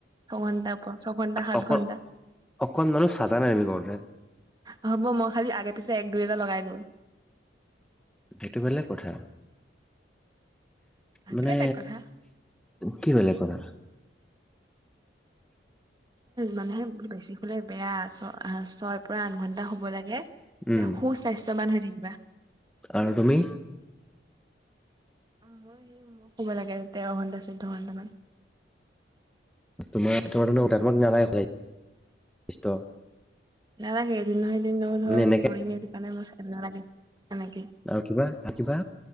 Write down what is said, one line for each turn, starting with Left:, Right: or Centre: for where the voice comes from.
Right: ছঘন্টাৰ ওপৰত, ছঘন্টা, সাত
Centre: অক
Right: ঘন্টা।
Centre: অকন মানুহ চাজা নাই আমি কৰওঁতে
Right: হ'ব মই খালি আগে পিছে এক দুই এটা লগাই লওঁ
Centre: সেইটো বেলেগ কথা
Right: সেইটো
Centre: মানে
Right: বেলেগ কথা।
Centre: কি বেলেগ কৰা
Right: মানুহে বেছি শুলে বেয়া ছয় পৰা আঠ ঘন্টা হুব লাগে এতিয়া
Centre: উম
Right: সু-স্বাস্থ্যৱান থাকিবা।
Centre: আৰু তুমি?
Right: মই সেই মই শুব লাগে তেৰ ঘন্টা চৈধ্যয় ঘন্টামান।
Centre: তোমাৰ তোমাৰ ত তোমাক নালাগে হয়
Right: নালাগে এদিন নহয় এদিন ন ধৰ
Centre: এনেকে
Right: মৰিমে সেইকাৰণে নালাগে সেনেকেই।
Centre: আৰু কিবা আ কিবা